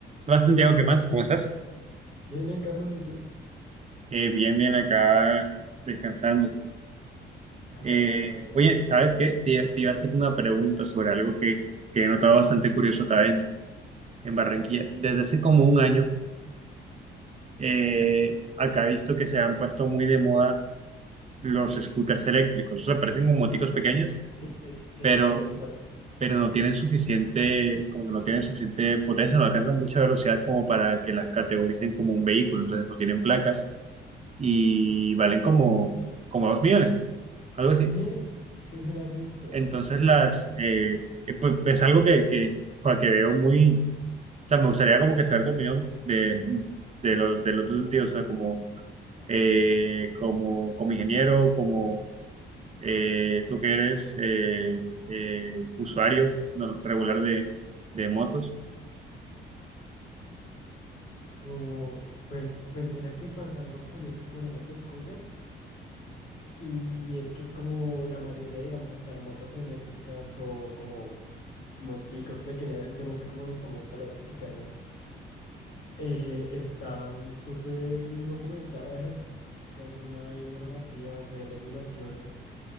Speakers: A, on the right; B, on the left.
A: Hola Santiago, ¿qué más? ¿Cómo estás?
B: Bien, bien, Carlos, ¿y tú?
A: Eh, bien, bien, acá descansando.
B: Ah,
A: Eh,
B: me alegra, me alegra.
A: oye, ¿sabes qué? Te, te iba a hacer una pregunta sobre algo que, que he notado bastante curioso acá en, en Barranquilla. Desde hace como un año, eh, acá he visto que se han puesto muy de moda los scooters eléctricos. O sea, parecen como moticos
B: Ah,
A: pequeños,
B: sí, sí, sí,
A: pero,
B: sí sé cuáles son.
A: pero no tienen suficiente, como que no tienen suficiente potencia, no alcanzan mucha velocidad como para que las categoricen como un vehículo. Entonces no tienen placas y valen como, como dos millones. algo así.
B: Sí, sí, se las he visto.
A: Entonces las,
B: Eh,
A: eh, eh, pues, es algo que, que, joder, que veo muy, o sea, me gustaría como que saber tu opinión de, de, lo- de los dos sentidos, o sea, como, eh, como, como ingeniero, como eh, tú que eres eh, eh, usuario no, regular de, de motos.
B: como, pues, pues mira que pasa algo curioso con esas scooters y es que como la mayoría, digamos, hasta de motos eléctricas o como moticos pequeñas, es que no sé cómo ni cómo clasificarlas, eh, están súper indocumentadas, <laughs> casi no hay normativas, no hay regulaciones